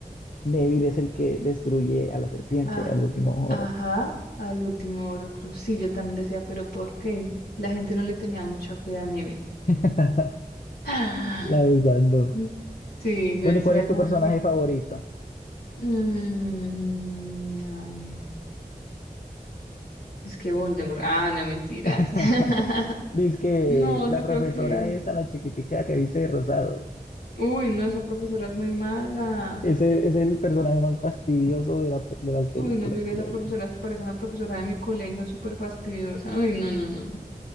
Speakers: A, on the left; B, on the left.
A: Neville es el que destruye a la serpiente,
B: Ah,
A: al último Horrocrux.
B: ajá, al último Orocruz. Sí, yo también decía, pero ¿por qué? La gente no le tenía mucha fe a Neville.
A: <laughs>
B: <gasps> Ah,
A: La verdad, no.
B: mm, Sí, yo
A: Bueno,
B: decía
A: ¿y cuál es tu
B: como
A: personaje
B: que.
A: favorito?
B: mm, a ver. Es que Voldemort. Ah, no, mentiras.
A: <laughs>
B: <laughs>
A: Dice que
B: No, yo
A: la profesora
B: creo que.
A: es a la chiquitica que dice de rosado.
B: Uy, no, esa profesora es muy mala.
A: Es el, es el personaje más fastidioso de, la- de las películas,
B: Uy, no, yo diría
A: creo
B: esa profesora
A: yo.
B: se parece a una profesora de mi colegio, súper fastidiosa. Uy, no, no, no. no.